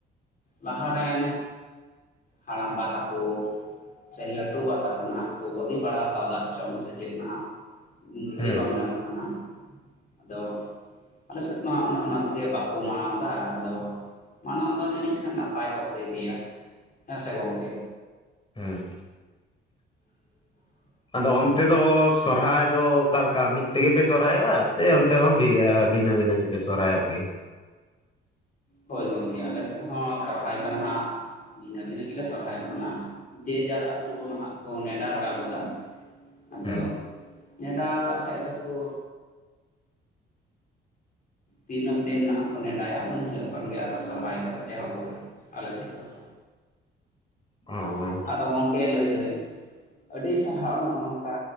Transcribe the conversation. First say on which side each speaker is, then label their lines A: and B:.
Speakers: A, on the left; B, on the left.
A: ᱞᱟᱦᱟ ᱨᱮᱱ ᱦᱟᱲᱟᱢ ᱵᱟ ᱛᱟᱠᱚ ᱥᱮ ᱞᱟᱹᱴᱩ ᱵᱟ ᱛᱟᱠᱚ ᱱᱟᱸᱜ ᱠᱚ ᱵᱟᱹᱜᱤ ᱵᱟᱲᱟ ᱠᱟᱣᱫᱟ ᱪᱚᱝ ᱥᱮ ᱪᱮᱫ ᱱᱟᱸᱜ,
B: ᱦᱩᱸ
A: ᱞᱟᱹᱭ ᱵᱟᱝ ᱜᱟᱱᱚᱜ ᱠᱟᱱᱟ᱾ ᱟᱫᱚ ᱟᱞᱮ ᱥᱮᱫ ᱢᱟ ᱚᱱᱮ ᱚᱱᱟ ᱛᱮᱜᱮ ᱵᱟᱠᱚ ᱢᱟᱱᱟᱣᱫᱟ᱾ ᱟᱫᱚ ᱢᱟᱱᱟᱣ ᱫᱚ ᱡᱟᱹᱱᱤᱡ ᱠᱷᱟᱱ ᱱᱟᱯᱟᱭ ᱠᱚᱜ ᱜᱮᱭᱟ, ᱦᱮᱸ ᱥᱮ ᱜᱚᱝᱠᱮ᱾
B: ᱦᱩᱸ
A: <unintelligible>
B: ᱟᱫᱚ ᱚᱱᱛᱮ ᱫᱚ ᱥᱚᱨᱦᱟᱭ ᱫᱚ ᱚᱠᱟ ᱞᱮᱠᱟ ᱢᱤᱫ ᱛᱮᱜᱮ ᱯᱮ ᱥᱚᱨᱦᱟᱭᱚᱜᱼᱟ? ᱥᱮ ᱚᱱᱛᱮ ᱦᱚᱸ ᱵᱷᱤᱱᱟᱹ ᱵᱷᱤᱱᱟᱹ ᱜᱮᱯᱮ ᱥᱚᱨᱦᱟᱭᱚᱜ ᱜᱮᱭᱟ?
A: ᱦᱳᱭ ᱜᱚᱢᱠᱮ ᱟᱞᱮ ᱥᱮᱫ ᱦᱚᱸ ᱥᱚᱨᱦᱟᱭ ᱫᱚ ᱱᱟᱸᱜ ᱵᱷᱤᱱᱟᱹ ᱵᱷᱤᱱᱟᱹ ᱜᱮᱞᱮ ᱥᱚᱨᱦᱟᱭᱚᱜ ᱠᱟᱱᱟ ᱡᱮ ᱡᱟᱨ ᱟᱛᱩ ᱠᱚᱨᱮᱱᱟᱜ ᱠᱚ ᱱᱮᱰᱟ ᱵᱟᱲᱟ ᱜᱚᱫᱟ᱾ ᱟᱫᱚ
B: ᱦᱮᱸ
A: ᱱᱮᱰᱟ ᱠᱟ-ᱠᱷᱟᱡ ᱫᱚᱠᱚ ᱛᱤᱱᱟᱹᱜ ᱫᱤᱱ ᱱᱟᱦᱟᱜ ᱠᱚ ᱱᱮᱰᱟᱭᱟᱜ ᱩᱱ ᱦᱤᱞᱳᱜ ᱩᱱ ᱦᱤᱞᱳᱜ ᱠᱷᱟᱱ ᱜᱮ ᱟᱫᱚ ᱥᱚᱨᱦᱟᱭ ᱫᱚ ᱮᱦᱚᱵᱚᱜᱼᱟ ᱟᱞᱮ ᱥᱮᱫ ᱫᱚ ᱾
B: <unintelligible>
A: ᱟᱫᱚ ᱜᱚᱢᱠᱮ ᱞᱟᱹᱭ ᱫᱟᱹᱧ ᱟᱹᱰᱤ ᱥᱟᱨᱦᱟᱣ ᱱᱚᱜᱼᱚ ᱱᱚᱝᱠᱟ